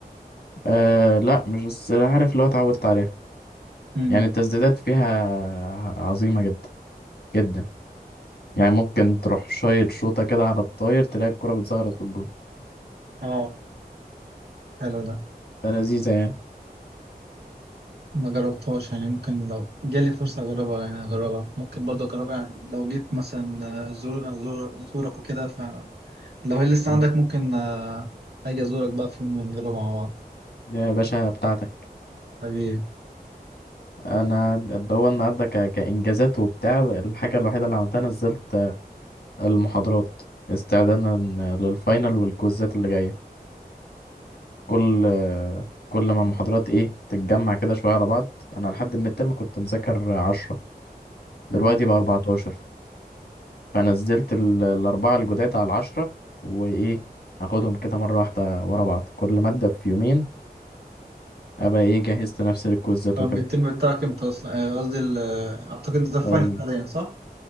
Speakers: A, on the left (about 75°); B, on the right (about 85°).
A: آه لا مش بس عارف اللي هو اتعودت عليها
B: مم.
A: يعني التسديدات فيها عظيمة جدا جدا يعني ممكن تروح شايط شوطة كده على الطاير تلاقي الكرة بتزغرط في الجون
B: اه حلو ده
A: فلذيذة يعني
B: ما جربتهاش يعني ممكن لو جالي فرصة أجربها يعني أجربها ممكن برضه أجربها يعني لو جيت مثلا آه، زور أزور- أزورك وكده لو هي لسه
A: مم.
B: عندك ممكن آه، اجي ازورك بقى في يوم ونجرب مع بعض
A: يا باشا بتاعتك
B: حبيبي
A: انا اللي هو النهارده ك... كانجازات وبتاع الحاجه الوحيده اللي عملتها نزلت آه، المحاضرات استعدادا للفاينل والكويزات اللي جايه كل آه، كل ما المحاضرات ايه تتجمع كده شويه على بعض انا لحد من الترم كنت مذاكر عشرة دلوقتي
B: اه
A: بقى 14 فنزلت ال- الاربعه الجداد على العشرة وايه اخدهم كده مره واحده ورا بعض كل ماده في يومين ابقى ايه جهزت نفسي للكويزات
B: طب
A: وكده
B: الترم بتاعك امتى اصلا آه، قصدي ال- آه، اعتقد انت في
A: ال-
B: فاينل حاليا صح؟